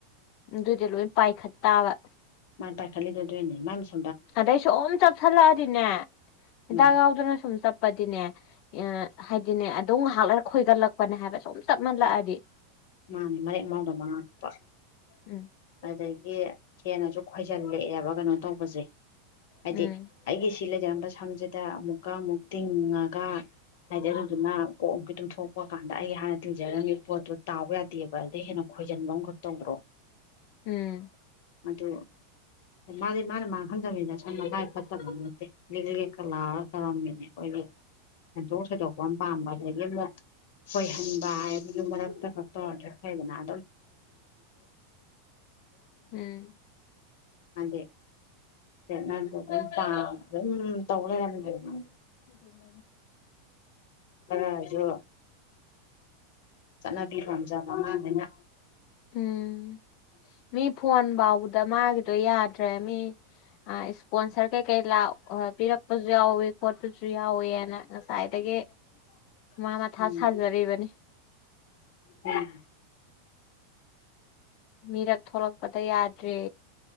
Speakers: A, on the left; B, on the left.
A: ꯑꯗꯨꯗꯤ ꯂꯣꯏ ꯄꯥꯏꯈꯠ ꯇꯥꯕ
B: ꯃꯥꯅ ꯄꯥꯏꯈꯠꯜꯂꯤꯗꯣ ꯑꯗꯨꯣꯏꯅꯦ ꯃꯥꯁ
A: ꯑꯗꯩ ꯁꯣꯝ ꯆꯠꯁꯤꯜꯂꯛꯑꯗꯤꯅꯦ ꯍꯤꯗꯥꯛ
B: ꯎꯝ
A: ꯌꯥꯎꯗꯅ ꯁꯨꯝ ꯆꯠꯄꯗꯤꯅꯦ ꯍꯥꯏꯗꯤꯅꯦ ꯑꯗꯨꯝ ꯉꯍꯥꯛꯂꯒ ꯈꯣꯏꯒꯠꯂꯛꯄꯅꯦ ꯍꯥꯏꯕ ꯁꯨꯝ ꯆꯞ ꯃꯥꯜꯂꯛꯑꯗꯤ
B: ꯃꯥꯅꯦ ꯃꯔꯦꯛ ꯃꯥꯎꯗ ꯃꯥꯉꯄ
A: ꯎꯝ
B: ꯑꯗꯒꯤ ꯍꯦꯟꯅꯁꯨ ꯈꯣꯏ ꯜꯂꯛꯑꯦꯕ ꯀꯩꯅꯣ ꯇꯧꯕꯁꯦ ꯍꯥꯏꯗꯤ
A: ꯎꯝ
B: ꯑꯩꯒꯤ ꯁꯤ ꯂꯩꯖꯔꯝꯕ ꯃ ꯁꯝꯁꯤꯗ ꯑꯃꯨꯛꯀ ꯑꯃꯨꯛ ꯇꯤꯡꯉꯒ ꯍꯥꯏꯗꯤ ꯑꯗꯨꯗꯨꯅ ꯀꯣꯛꯝꯒꯤ ꯇꯝꯊꯣꯛꯄ ꯀꯥꯟꯗ ꯑꯩ ꯍꯥꯟꯅ ꯇꯤꯡꯖꯔꯝꯃꯤ ꯄꯣꯠꯇꯨꯣ ꯇꯥꯎꯕ ꯌꯥꯗꯦꯕ ꯑꯗꯨꯗꯩ ꯍꯦꯟꯅ ꯈꯣꯏꯖꯟꯕ ꯑꯃꯈꯛ ꯇꯧꯕ꯭ꯔꯣ
A: ꯎꯝ
B: ꯑꯗꯨ ꯃꯥꯗꯤ ꯃꯥꯅ ꯃꯥꯅ ꯈꯪꯗꯕꯅꯤꯅ ꯁꯝꯅꯥꯏ ꯐꯠꯇ ꯇꯝ ꯅꯦ ꯂꯤ ꯀꯂꯥ ꯇꯔꯝꯃꯤꯅꯦ ꯑꯩꯣꯏ ꯁꯦꯟꯊꯣꯛ ꯁꯣꯏꯗꯣꯛꯄ ꯑꯃ ꯄꯥꯝꯕ ꯑꯗꯒꯤ ꯑꯃꯨꯛ ꯈꯣꯏꯍꯟꯕ ꯍꯥꯏꯕꯗꯨ ꯃꯔꯛꯇ ꯇꯣꯔꯤ ꯍꯥꯏꯗꯅ ꯑꯗꯨꯗꯣ
A: ꯎꯝ
B: ꯑꯗꯦ ꯅ ꯑꯗꯨꯝ ꯇꯗ <unintelligible>
A: <inaudible>
B: ꯑ ꯌꯣ ꯆꯠꯅꯕꯤ ꯄꯖꯥꯕ ꯑꯉꯥꯡꯅꯤꯅ
A: ꯎꯝ ꯃꯤ ꯐꯣꯟ ꯐꯥꯎꯕꯗ ꯃꯥꯒꯤꯗꯣ ꯌꯥꯗ꯭ꯔꯦ ꯃꯤ ꯑ ꯏꯁꯄꯣꯟꯁꯔ ꯀꯩ ꯀꯩ ꯂ ꯄꯤꯔꯛꯄꯁꯨ ꯌꯥꯎꯋ ꯈꯣꯠꯄꯁꯨ ꯌꯥꯎꯋꯤꯅ ꯉꯁꯥꯏꯗꯒꯤ ꯃꯥ ꯃꯊꯥ
B: ꯎꯝ
A: ꯁꯥꯖꯔꯤꯕꯅꯤ
B: ꯎꯝ
A: ꯃꯤꯔꯛ ꯊꯣꯛꯂꯛꯄꯗ ꯌꯥꯗ꯭ꯔꯦ